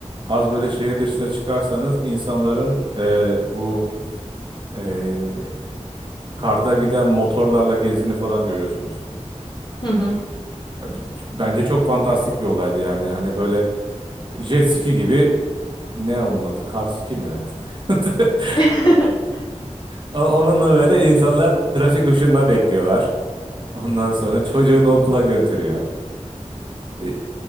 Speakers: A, on the right; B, on the left.
A: Az böyle şehir dışına çıkarsanız insanların e, bu e, karda giden motorlarla gezini falan görüyorsunuz.
B: Hı hı.
A: Abi, Bence çok fantastik bir olaydı yani. Hani böyle jet ski gibi ne onun adı? Kar ski mi artık? <laughs>
B: <laughs>
A: O- Onunla böyle insanlar trafik ışığında bekliyorlar. Ondan sonra çocuğunu okula götürüyor. E,